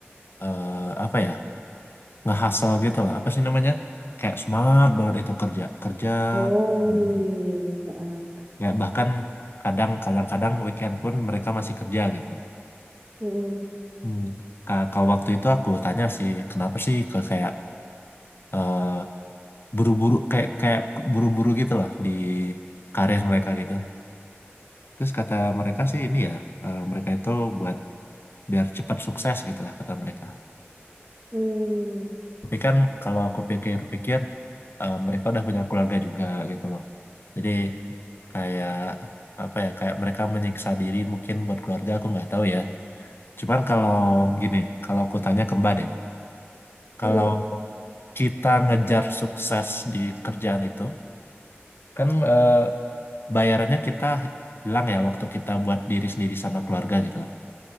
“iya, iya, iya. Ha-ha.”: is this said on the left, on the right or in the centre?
Right